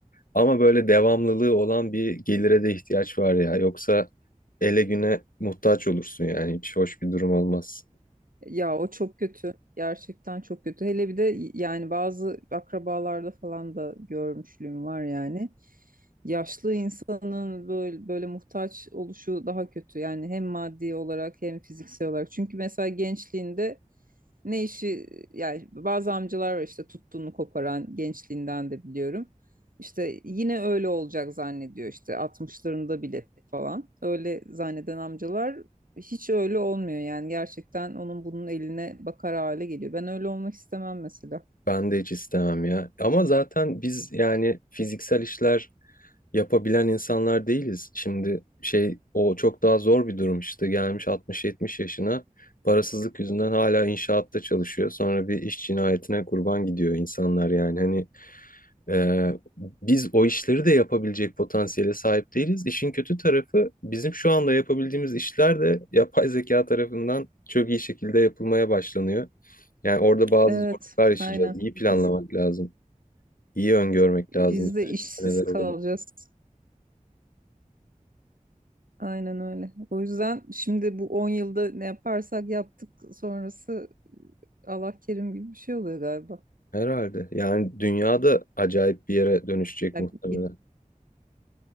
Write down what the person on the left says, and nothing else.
Ama böyle devamlılığı olan bir gelire de ihtiyaç var ya. Yoksa ele güne muhtaç olursun yani hiç hoş bir durum olmaz.
Ben de hiç istemem ya. Ama zaten biz yani fiziksel işler yapabilen insanlar değiliz. Şimdi şey o çok daha zor bir durum işte gelmiş 60-70 yaşına parasızlık yüzünden hala inşaatta çalışıyor. Sonra bir iş cinayetine kurban gidiyor insanlar yani hani Ee, biz o işleri de yapabilecek potansiyele sahip değiliz. İşin kötü tarafı bizim şu anda yapabildiğimiz işler de yapay zeka tarafından çok iyi şekilde yapılmaya başlanıyor. Yani orada bazı
zorluklar yaşayacağız.
İyi planlamak
lazım. İyi öngörmek lazım.
Neler
olabilir?
Herhalde. Yani dünyada acayip bir yere dönüşecek
muhtemelen.